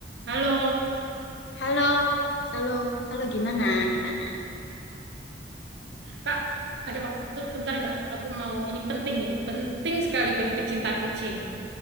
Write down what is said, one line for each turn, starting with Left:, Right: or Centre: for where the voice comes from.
Right: Halo,
Left: Halo, halo, halo gimana, gimana?
Right: Kak, ada waktu bentar nggak? Aku mau ini penting ini penting sekali bagi pecinta kucing.